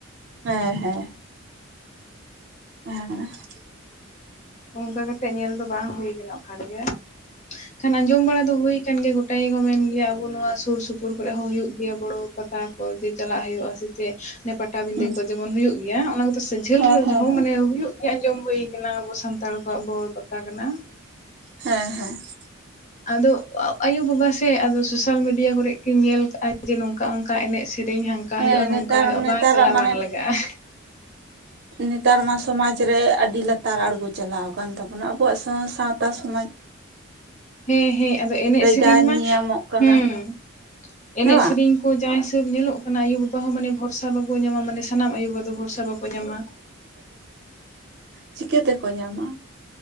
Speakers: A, on the right (about 55°); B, on the left (about 35°).
A: ᱦᱮᱸ ᱦᱮᱸ ᱾ <unintelligible>
B: ᱚᱱᱠᱟ ᱠᱟᱛᱮᱜ ᱧᱮᱞ ᱫᱚ ᱵᱟᱝ ᱦᱩᱭ ᱠᱟᱱᱟ ᱚᱠᱟᱨᱮᱜᱮ ᱾ ᱠᱷᱟᱱ ᱟᱸᱡᱚᱢ ᱵᱟᱲᱟ ᱫᱚ ᱦᱩᱭ ᱠᱟᱱ ᱜᱮᱭᱟ, ᱜᱚᱴᱟ ᱜᱮᱠᱚ ᱢᱮᱱ ᱜᱮᱭᱟ ᱟᱵᱚ ᱱᱚᱣᱟ ᱥᱩᱨ ᱥᱩᱯᱩᱨ ᱠᱚᱨᱮᱜ ᱦᱚᱸ ᱦᱩᱭᱩᱜ ᱜᱮᱭᱟ ᱵᱚᱲᱚ ᱯᱟᱛᱟ ᱠᱚ ᱡᱮ ᱪᱟᱞᱟᱜ ᱦᱩᱭᱩᱜᱼᱟ ᱪᱮ ᱡᱮ ᱚᱱᱮ ᱯᱟᱴᱟᱵᱤᱸᱫᱟᱹ
A: ᱦᱩᱸ
B: ᱠᱚ ᱡᱮᱢᱚᱱ ᱦᱩᱭᱩᱜ ᱜᱮᱭᱟ, ᱚᱱᱟ ᱠᱚᱫᱚ ᱥᱮ ᱡᱷᱟᱹᱞ
A: ᱦᱮᱸ ᱦᱮᱸ
B: ᱨᱮᱦᱚᱸ ᱢᱟᱱᱮ ᱦᱩᱭᱩᱜ ᱟᱸᱡᱚᱢ ᱦᱩᱭ ᱠᱟᱱᱟ ᱟᱵᱚ ᱥᱟᱱᱛᱟᱲ ᱠᱚᱣᱟᱜ ᱵᱚᱲᱚ ᱯᱟᱛᱟ ᱠᱟᱱᱟ ᱾
A: ᱦᱮᱸ ᱦᱮᱸ ᱾
B: ᱟᱫᱚ ᱟᱭᱩ ᱵᱟᱵᱟ ᱥᱮ ᱟᱫᱚ ᱥᱚᱥᱟᱞ ᱢᱤᱰᱤᱭᱟ ᱠᱚᱨᱮᱜ ᱠᱤᱱ ᱧᱮᱞ ᱠᱟᱜᱼᱟ ᱡᱮ ᱱᱚᱝ ᱠᱟ ᱚᱱᱠᱟ ᱮᱱᱮᱡ ᱥᱮᱨᱮᱧ ᱦᱟᱱᱠᱟ
A: ᱦᱮᱸ
B: ᱦᱩᱭᱩᱜᱼᱟ ᱱᱚᱝᱠᱟ
A: ᱱᱮᱛᱟᱨ
B: ᱦᱩᱭᱩᱜᱼᱟ
A: ᱱᱮᱛᱟᱨᱟᱜ
B: ᱵᱟᱝ ᱪᱟᱞᱟᱜ
A: ᱢᱟᱱᱮ
B: ᱵᱟᱝ ᱞᱟᱜᱟᱜᱼᱟ ᱾
A: ᱱᱮᱛᱟᱨ ᱢᱟ ᱥᱚᱢᱟᱡᱽ ᱨᱮ ᱟᱹᱰᱤ ᱞᱟᱛᱟᱨ ᱟᱬᱜᱚ ᱪᱟᱞᱟᱣ ᱠᱟᱱ ᱛᱟᱵᱚᱱᱟ ᱟᱵᱚᱣᱟᱜ ᱥᱟᱶ ᱥᱟᱶᱛᱟ ᱥᱚᱢᱟᱡᱽ ᱾
B: <inaudible> ᱦᱮᱸ ᱦᱮᱸ ᱟᱫᱚ ᱮᱱᱮᱡ ᱥᱮᱨᱮᱧ
A: ᱡᱟ
B: ᱢᱟ,
A: ᱧᱮᱧᱟᱢᱚᱜ ᱠᱟᱱᱟ
B: ᱦᱩᱸ ᱮᱱᱮᱡ
A: ᱦᱮᱸ ᱵᱟᱝ
B: ᱥᱮᱨᱮᱧ ᱡᱟ ᱦᱤᱥᱟᱹᱵ ᱧᱮᱞᱚᱜ ᱠᱟᱱᱟ ᱟᱭᱩ ᱵᱟᱵᱟ ᱦᱚᱸ ᱢᱟᱱᱮ ᱵᱷᱚᱨᱥᱟ ᱵᱟᱠᱚ ᱧᱟᱢᱟ ᱢᱟᱱᱮ ᱥᱟᱱᱟᱢ ᱟᱭᱩ ᱵᱟᱵᱟ ᱫᱚ ᱵᱷᱚᱨᱥᱟ ᱵᱟᱠᱚ ᱧᱟᱢᱟ ᱾
A: ᱪᱤᱠᱟᱹ ᱛᱮ ᱠᱚ ᱧᱟᱢᱟ?